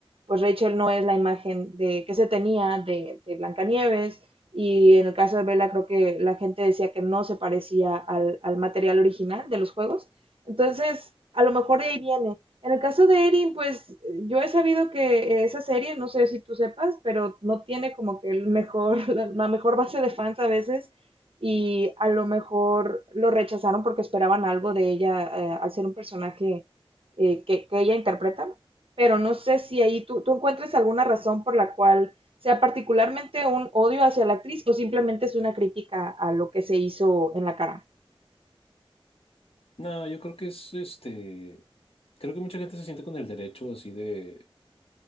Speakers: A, on the right; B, on the left.
A: pues Rachel no es la imagen de que se tenía de, de Blancanieves y en el caso de Bella creo que la gente decía que no se parecía al, al material original de los juegos. Entonces, a lo mejor de ahí viene, en el caso de Erin, pues yo he sabido que esa serie, no sé si tú sepas, pero no tiene como que el mejor, <laughs> la, la mejor base de fans a veces y a lo mejor lo rechazaron porque esperaban algo de ella eh, al ser un personaje eh, que, que, ella interpreta, pero no sé si ahí tú, tú encuentres alguna razón por la cual sea particularmente un odio hacia la actriz o simplemente es una crítica a lo que se hizo en la cara.
B: No, yo creo que es este, creo que mucha gente se siente con el derecho así de,